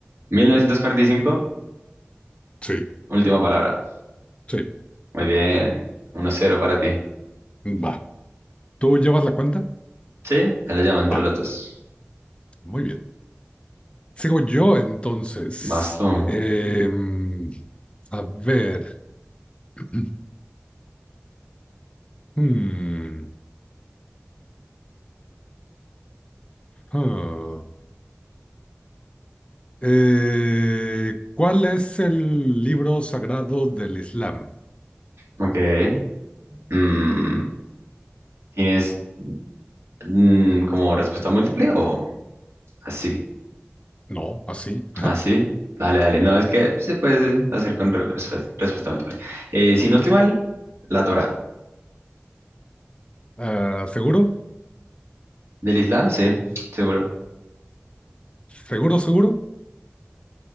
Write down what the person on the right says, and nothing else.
mil novecientos cuarenta y cinco
última palabra.
Muy bien, uno cero para ti.
Sí, ahí la llama entre
los dos.
Basto.
Ok. Mm, ¿tienes mm, como respuesta múltiple o así?
Así. Dale, dale. No, es que se puede hacer con re- respe- respuesta múltiple. Eh, si no estoy mal, la Torá.
Del Islam, sí, seguro.